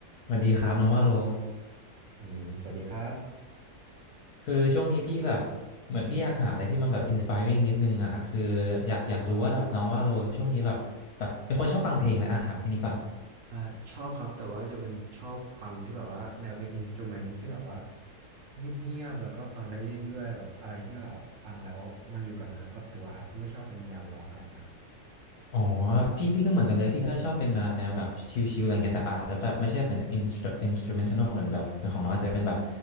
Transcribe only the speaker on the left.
สวัสดีครับน้องว่าโล
คือช่วงนี้พี่แบบเหมือนพี่อยากหาอะไรที่มันแบบอินส p i r ริ g งนิดนึงอ่ะคืออยากอยากรู้ว่าแบบน้องว่าโลช่วงนี้แบบแบบเป็นคนชอบฟังเพลงไหมอ่ะถามแค่นี้ก่อน
อ๋อพี่พี่ก็เหมือนกันเลยพี่ก็ชอบเป็นมาแนวแบบชิลๆอะไรเงี้ยแต่อาจจะแบบไม่ใช่เป็นอินสตร i n s t r u m e n t a l เหมือนแบบเหมือนของน้องอาจจะเป็นแบบ